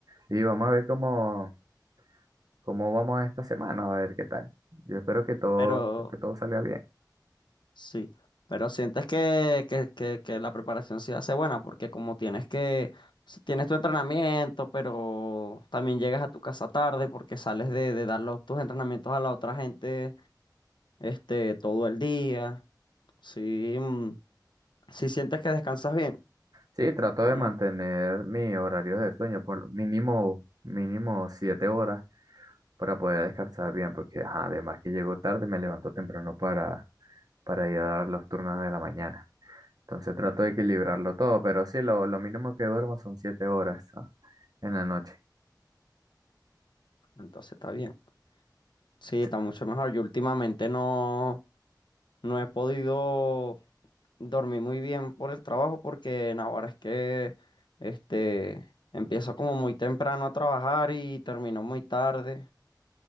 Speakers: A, on the right; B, on the left.
A: Y vamos a ver cómo, cómo vamos esta semana, a ver qué tal. Yo espero que todo,
B: Pero
A: que todo salga bien.
B: sí, pero sientes que, que, que, que la preparación sí hace buena, porque como tienes que, si tienes tu entrenamiento, pero también llegas a tu casa tarde porque sales de, de dar los, tus entrenamientos a la otra gente, este, todo el día. Si, mm, si sientes que descansas bien
A: Sí, trato
B: o
A: de mantener
B: no,
A: mis horarios de sueño por mínimo, mínimo siete horas para poder descansar bien, porque ajá, además que llego tarde, me levanto temprano para, para ir a dar los turnos de la mañana. Entonces trato de equilibrarlo todo, pero sí, lo, lo mínimo que duermo son siete horas, ah, En la noche.
B: entonces está bien. Sí,
A: Sí,
B: está mucho mejor. Yo últimamente no, no he podido dormir muy bien por el trabajo porque en ahora es que este, empiezo como muy temprano a trabajar y termino muy tarde